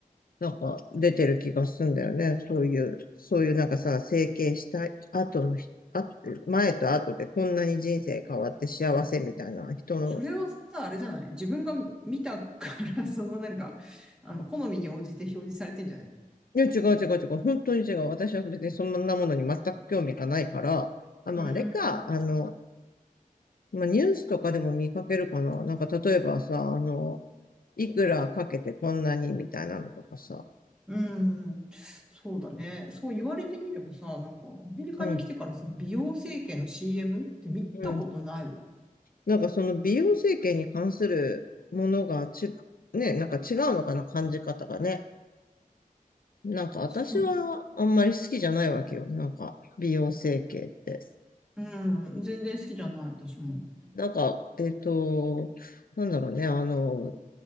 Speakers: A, on the left; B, in the centre.
A: なんか出てる気がするんだよね。そういう、そういうなんかさ、整形した後の人、あ、前と後でこんなに人生変わって幸せみたいな人の
B: それはさ、あれじゃない自分が見たから、<laughs> そのなんか、あの、好みに応じて表示されてんじゃない
A: いや、違う違う違う。本当に違う。私は別にそんなものに全く興味がないから。あ、まあ、
B: う
A: あれか。あの、まあ、ニュースとかでも見かけるかな。なんか、例えばさ、あの、いくらかけてこんなにみたいなのとかさ。
B: うん、そうだね。そう言われてみればさ、なんかアメリカに来てからその美容整形の
A: うん。
B: CM って見たことないわ。
A: うん。なんか、その美容整形に関するものがち、ね、なんか違うのかな、感じ方がね。なんか、私はあんまり好きじゃないわけよ。
B: そう。
A: なんか、美容整形って。
B: うん、全然好きじゃない、私も。
A: なんか、えっと、なんだろうね、あの、